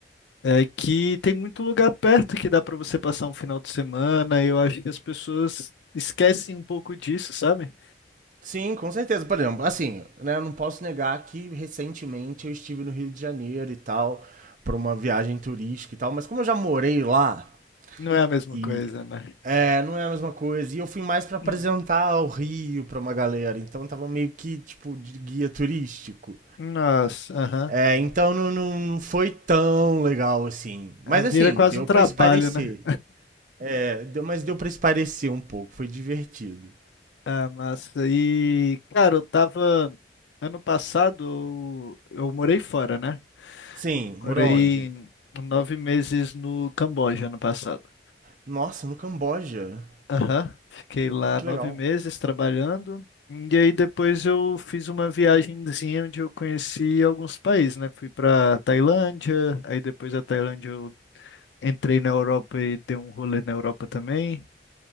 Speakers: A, on the left; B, on the right.
A: É que tem muito lugar perto que dá pra você passar um final de semana, e eu acho que as pessoas esquecem um pouco disso, sabe?
B: Sim, com certeza. Por exemplo, assim, né, eu não posso negar que recentemente eu estive no Rio de Janeiro e tal, para uma viagem turística e tal, mas como eu já morei lá
A: Não é a mesma
B: e
A: coisa, né?
B: é, não é a mesma coisa. E eu fui mais para apresentar
A: Uhum.
B: o Rio para uma galera, então eu tava meio que tipo de guia turístico.
A: Nossa, aham.
B: É, então não, não não foi tão legal assim. Mas
A: É, Vira
B: assim,
A: quase
B: deu
A: um trabalho,
B: para espairecer.
A: né?
B: É, deu, mas deu para espairecer um pouco, foi divertido.
A: Ah, massa. E, cara, eu tava. Ano passado eu, eu morei fora, né?
B: Sim,
A: Eu
B: morou
A: Morei
B: onde?
A: nove meses no Camboja ano passado.
B: Nossa, no Camboja.
A: Aham, Fiquei lá
B: Que
A: nove
B: legal.
A: meses trabalhando. E aí depois eu fiz uma viagemzinha onde eu conheci alguns países, né? Fui para Tailândia, aí depois da Tailândia eu entrei na Europa e dei um rolê na Europa também.